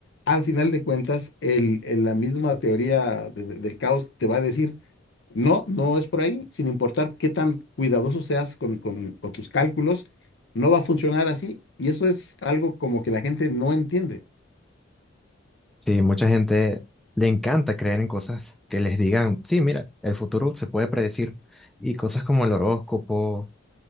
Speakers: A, on the left (about 65°); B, in the centre.
A: Al final de cuentas, el, el- la misma teoría de- de- del caos te va a decir, no, no es por ahí, sin importar qué tan cuidadoso seas con, con con tus cálculos, no va a funcionar así. Y eso es algo como que la gente no entiende.
B: Sí, mucha gente le encanta creer en cosas que les digan, sí, mira, el futuro se puede predecir y cosas como el horóscopo